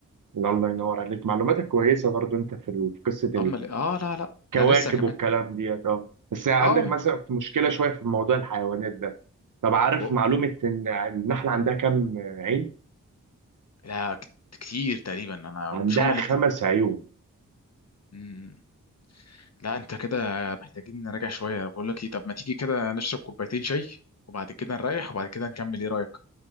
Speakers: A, on the right (about 80°); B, on the left (about 55°).
A: لا، الله ينور عليك معلوماتك كويسة برضه انت في ال- في قصة
B: اما ال- اه لا لا
A: كواكب
B: ده لسه كمان
A: والكلام ديت اه بس عندك
B: اه
A: مثلا في مشكله شويه في موضوع الحيوانات ده طب عارف
B: ب-
A: معلومه ان النحله عندها كام عين
B: لا كت- كتير تقريبا انا
A: عندها
B: مش هما
A: خمس عيون
B: الاثنين لا انت كده محتاجين نراجع شويه بقول لك ايه طب ما تيجي كده نشرب كوبايتين شاي وبعد كده نريح وبعد كده نكمل ايه رايك